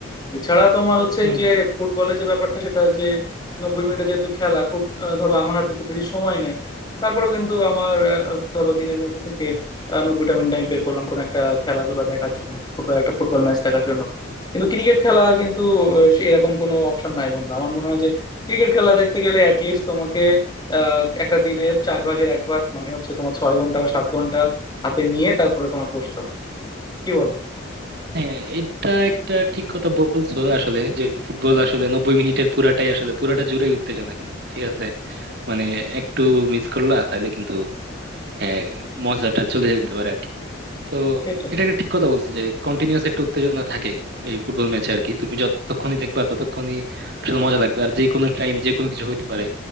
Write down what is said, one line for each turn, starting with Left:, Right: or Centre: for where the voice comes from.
Left: এছাড়া তোমার হচ্ছে
Right: হম
Left: এই যে
Right: হম
Left: ফুটবলে যে ব্যাপারটা সেটা যে নব্বই মিনিটে যেহেতু খেলা খুব আহ, ধরো আমার হাতে খুব বেশি সময় নাই তারপরেও কিন্তু আমার আহ, ধরো দিনের মধ্যে থেকে আহ, নব্বইটা মিনিট আমি বের করলাম কোনো একটা খেলাধুলা দেখার জন্য ফুটবল একটা ফুটবল ম্যাচ দেখার জন্য কিন্তু ক্রিকেট খেলা কিন্তু আহ, সে এরকম কোনো অপশন নাই বন্ধু আমার মনে হয় যে ক্রিকেট খেলা দেখতে গেলে অ্যাটলিস্ট তোমাকে আহ, একটা দিনের চার ভাগের এক ভাগ মানে হচ্ছে তোমার ছয় ঘন্টা বা সাত ঘন্টা হাতে নিয়ে তারপরে তোমার বসতে হবে কি বলো
Right: হ্যাঁ এটা একটা ঠিক কথা বলছো আসলে যে ফুটবল আসলে নব্বই মিনিটের পুরাটাই আসলে পুরাটা জুড়েই উত্তেজনা কিন্তু ঠিক আছে মানে একটু মিস করলা তাহলে কিন্তু হ্যাঁ, মজাটা চলে যেতে পারে আর কি তো
Left: সেটাই
Right: এটা একটা ঠিক কথা বলছো যে কন্টিনিউয়াস একটা উত্তেজনা থাকে এই ফুটবল ম্যাচে আর কি তুমি যতক্ষণই দেখবা ততক্ষণই আসলে মজা লাগবে আর যে কোনো টাইম যে কোনো কিছু হইতে পারে